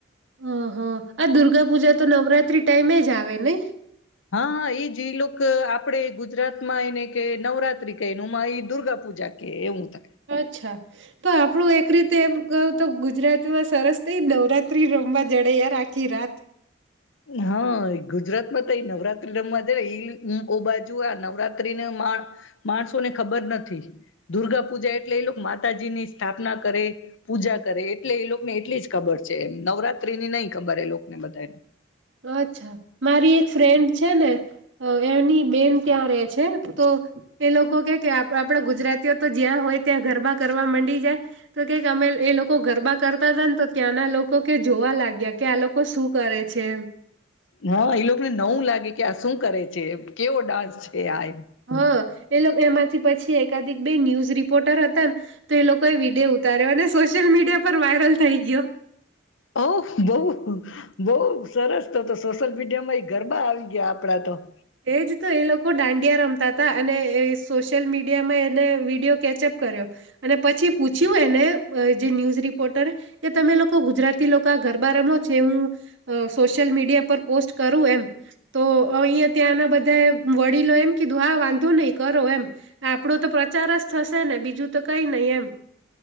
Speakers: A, on the right; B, on the left.
A: હ હ આ દુર્ગા પૂજા તો નવરાત્રી ટાઈમે જ આવે નહી
B: હા હા એ જ લો આપડે ગુજરાત માં એને કે નવરાત્રી કહે ન માઈ દુર્ગા પૂજા જકે એવું થ
A: અચ્છા તો આપણું એક રીતે એમ <unintelligible> તો ગુજરાતમાં સરસ થઈ નવરાત્રી રમવા જડે યાર આખી રાત
B: હા ગુજરાત માં તો નવરાત્રી રમવા જ એ ઓ બાજુ આ નવરાત્રીને મા માણસો ને ખબર નથી દુર્ગા પૂજા એ એટ એ લોકો માતાજી ની સ્થાપના કરે પૂજા કરે એટલે એ લોકોને એટલી જ ખબર છે, એમ નવરાત્રી ની નહી ખબર એ લોકોને બધાને
A: અચ્છા મારી એક ફ્રેન્ડ છે, ને અ એમની બેન ત્યાં રહે છે, તો એ લોકો કે કે આપ આપ ગુજરાતીઓ તો જ્યાં હોય ત્યાં ગરબા કરવા માંડી જાય તો કેક અમે એ લોકો ગરબા કરતા હતા ને તો ત્યાંના લોકો કે જોવા લાગ્યા કે આ લોકો શું કરે છે.
B: હા એ લોકોને નવું લાગે કે આ શું કરે છે. કેવો ડાન્સ છે આ એમ
A: હા એ લોકો એમાંથી પછી એક <unintelligible> ન્યૂઝ રિપોર્ટર હતા ને તો એ લોકોએ વિડીયો ઉતાર્યો અને સોશિયલ મીડિયા પર વાયરલ થઈ ગયો
B: ઓ બઉ બહ સરસ તો સોશિયલ મીડિયા માં એ ગરબા આવી ગયા આપડા તો
A: એજ તો એ લોકો <unintelligible> અને સોશિયલ મીડિયામાં એને વિડીિયો કેચઅપ કર્યો અને પછી પૂછ્યું એને જે ન્યૂઝ રિપોર્ટર કે તમે લોકો ગુજરાતી લોકો આ ગરબા રમો છે, હું અ સોશિયલ મીડિયા પર પોસ્ટ કરું એમ તો અહીંયા ત્યાંના બધા વડીલો એમ કીધું આ વાંધો નહી કરો એમ આપડો તો પ્રચાર જ થશે ને બીજું તો કઈ <unintelligible> એમ